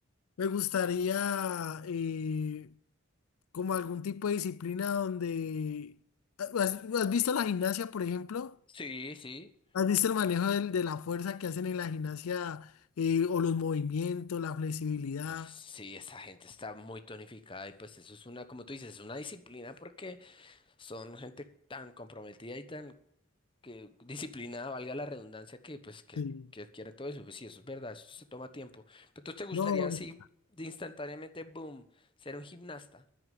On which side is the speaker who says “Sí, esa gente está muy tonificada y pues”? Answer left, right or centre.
Left